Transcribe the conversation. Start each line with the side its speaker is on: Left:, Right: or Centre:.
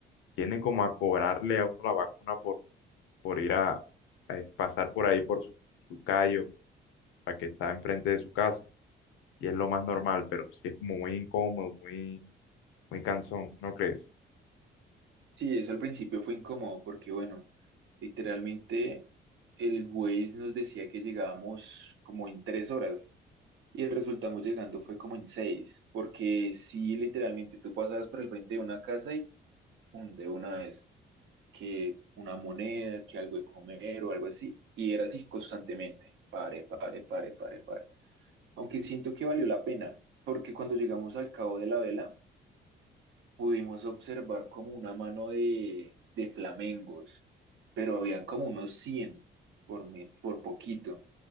Left: tienden como a cobrarle a uno la vacuna por, por ir a, a pasar por ahí por su, su callo la que está enfrente de su casa. Y es lo más normal, pero sí es como muy incómodo, muy, muy cansón, ¿no crees?
Right: Sí, eso al principio fue incómodo porque, bueno, literalmente el Waze nos decía que llegábamos como en tres horas y resultamos llegando fue como en seis, porque sí, literalmente tú pasabas por el frente de una casa y pum, de una vez, que una moneda, que algo de comer o algo así, y era así constantemente, pare, pare, pare, pare, pare. Aunque siento que valió la pena, porque cuando llegamos al Cabo de la Vela, pudimos observar como una mano de, de flamengos, pero habían como unos 100 por, me- por poquito.